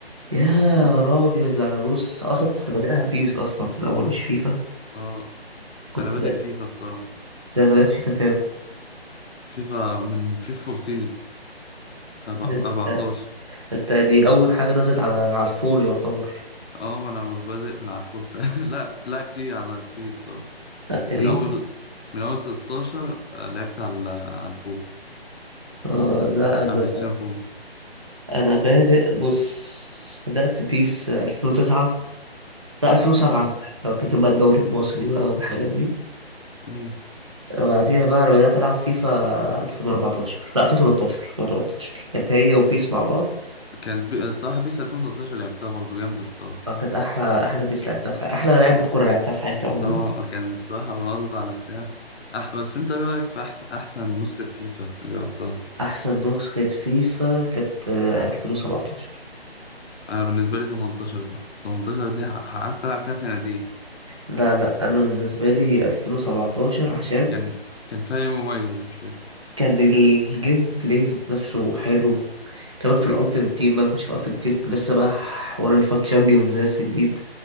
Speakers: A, on the right (about 30°); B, on the left (about 85°).
A: يا راجل انا بص اصلا كنت بادئها بيس اصلا في الاول مش فيفا
B: اه
A: كنت
B: انا بادئ
A: انا
B: فيفا الصراحه
A: بدأت فيفا كام
B: فيفا من فيفا 14 أربع-
A: يا
B: 14
A: ده انت دي اول حاجه نزلت على على الفور يعتبر
B: اه ما انا بادئ من على الفور فعلا <laughs> لا كنت لاعب دي على 3 الصراحه
A: لا تري
B: من اول من اول 16 آه، لعبت على على الفور
A: آه لا
B: على
A: انا
B: البلاي ستيشن 4
A: انا بادئ بص بدات بيس 2009 لا 2007
B: مم.
A: كمان لو كان بقى الدوري المصري بقى والحاجات دي
B: مم.
A: بعديها بقى انا بدات العب فيفا 2014 لا 2013 2013 كانت هي وبيس مع بعض
B: كانت بي... الصراحه بيس 2013 لعبتها برضه جامده الصراحه
A: آه، كانت احلى احلى بيس لعبتها في حياتي، احلى لعبه كوره لعبتها في حياتي عموما
B: اه كان الصراحة رونالدو على بتاع أح بس أنت إيه رأيك في أحسن أحسن نسخة فيفا جربتها؟
A: احسن نسخه فيفا كانت آه، 2017
B: أنا بالنسبة لي 18 بقى 18 دي ح- قعدت ألعب فيها سنتين
A: لا لا انا بالنسبه لي 2017 عشان
B: كان كان فريق مميز مش فاكر
A: كان الجيم بلاي ذات نفسه حلو كمان في الالتيمت تيم بقى نخش في الالتيمت تيم لسه بقى حوار الفات تشامبيونز لسه جديد